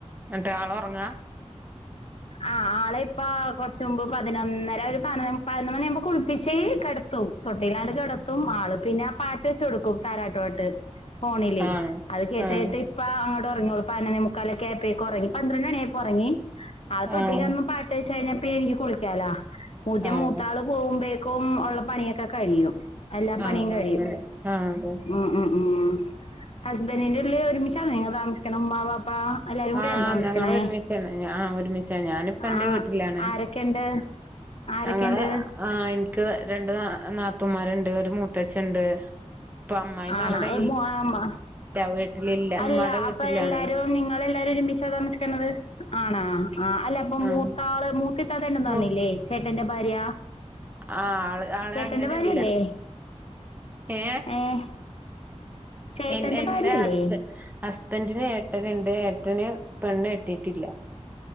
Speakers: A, on the right; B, on the left.
A: എന്നിട്ട് ആള് ഉറങ്ങാ
B: ആ ആളെ ഇപ്പ കുറച്ച മുമ്പ് പതിനൊന്നര ഒരു പതിനൊന്നു മണി ആവുമ്പോ കുളിപ്പിച്ചേ തൊട്ടില കിടത്തും ആ പിന്നെ വെച്ച കൊടുക്കും താരാട്ട് പാർട്ടി ഫോണില്
A: ആഹ്
B: അത് കേട്ട
A: ആഹ്
B: കേട്ട ഇപ്പ അങ്ങോട്ട ഉറങ്ങ കൊടുക്കും പതിനൊന്നെ മുക്കാൽ ഒക്കെ ആയപ്പോഴേക്ക് ഉറങ്ങി പന്ത്രണ്ട് മണിയപോൾ ഉറങ്ങി അത് തൊട്ടിക്ക്ന്ന
A: ആഹ്
B: പാട്ട് വെച്ച് കഴിഞ്ഞാൽ ഇപ്പോ എനിക്ക് കുളിക്കാലാ
A: ആഹ്
B: മൂത്താള് പോകുമ്പേക്കും ഉള്ള പണിയൊക്കെ കഴിയും എല്ലാ
A: ആഹ്
B: പണിയും കഴിയും
A: അങ്ങനെ ആഹ് അതെ
B: ഉം ഉം ഉം ഹസ്ബൻഡിന്റെ കൂടെ ഒരുമിച്ചാണോ നിങ്ങൾ താമസിക്കണം ഉമ്മ വാപ്പ എല്ലാരും കൂടെയാണോ
A: ആഹ
B: താമസിക്കണേ
A: ഞങ്ങ ഒരുമച്ചയാണ് ആ ഒരുമിച്ചയാണ് ഞാനിപ്പ എന്റെ
B: ആഹ്
A: വീട്ടിലാണ്
B: ആരൊക്കെണ്ട് ആരൊക്കെണ്ട്
A: ഞങ്ങൾ ആ എനിക്ക് എനിക്ക് രണ്ട് നാത്തമാരുണ്ട് ഒരു മൂത്തച്ഛ ഉണ്ട് ഇപ്പൊ അമ്മായിമ്മ
B: ആണാ
A: അവിടെയില്ല
B: ഏ മോ അമ്മ
A: <unintelligible>
B: അല്ല
A: വീട്ടിലാണേ
B: അപ്പൊ എല്ലാരും നിങ്ങൾ എല്ലാരും ഒരുമിച്ചാ താമസിക്കണത് ആണാ ആഹ അല്ല അപ്പൊ
A: ആ
B: മൂത്താള് മൂത്തിത്താട ഉണ്ടന്ന്
A: മൂ
B: പറഞ്ഞില്ലേ ചേട്ടന്റെ ഭാര്യ
A: ആ ആള് ആളെ
B: ചേട്ടന്റെ
A: അങ്ങനെല്ല
B: ഭാര്യയല്ലേ
A: ഏ
B: ഏഹ് ചേട്ടന്റെ
A: എന്റെ
B: ഭാര്യയല്ലേ
A: ഹസ്ബൻറിന് ഏട്ടനണ്ട് ഏട്ടന് പെണ്ണ് കെട്ടിയിട്ടില്ല